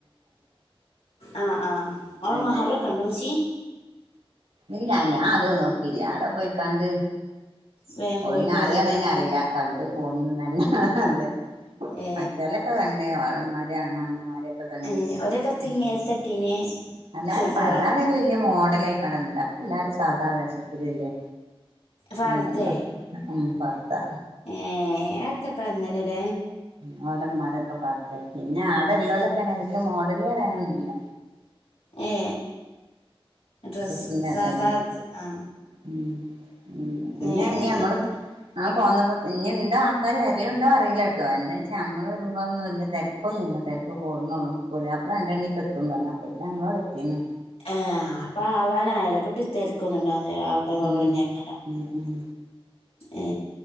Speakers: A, on the left; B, on the right.
A: ആ ആ ഓളെ മഹാരൊക്കെ
B: <inaudible>
A: ഉണ്ടോ മച്ചി
B: ഇല്ല ഞാൻ അതോ നോക്കിയില്ല അവിട പോയിക്കാണ്ട്
A: വേഗം പോയി
B: <unintelligible>
A: പോകുന്നുണ്ടോ ഏ ഏ ഒരക്കത്തിങ് എത്തട്ടീന് ചുരിദാറോ
B: <inaudible> <unintelligible> എല്ലാരും സാധാ വേഷത്തിലില്ലേ
A: ഫർദേ
B: <inaudible> വർതെ
A: ഏ അതപ്പ അങ്ങനെ <inaudible>
B: മഓലന്മാരൊക്കെ പറുത പിന്നെ ആവിടെല്ലോലൊക്കെ വലിയ മോഡല് പറയാനൊന്നുമില്ല
A: ഏ ഡ്രസ്സ്
B: ഡ്രസ്സിന്റെ
A: സാധാ
B: ഇതന്നെ
A: ആ
B: ഉം ഉം പിന്നെ
A: ഏ
B: ഇനി
A: എന്നിട്ട്
B: നമ്മള് ന പോകന്നപ്പോ ഇന്നുണ്ടോ ആൾക്കാര് വേരാലുണ്ടോ അറിയില്ല എന്താ വെച്ചാൽ നമ്മള് വരുമ്പോൾന്നും വലിയ തിരക്കൊന്നുല്ല തിരക്ക് കൂടുന്നോള് പുതിയാപ്പള എറെ എണക്ക് എത്തും പറഞ്ഞ് അപ്പ ഞങ്ങവിടെ എത്തിന്ന്
A: <inaudible> ക്കുന്നുണ്ടോ <unintelligible>
B: ഉം ഉം ഉം
A: ഏ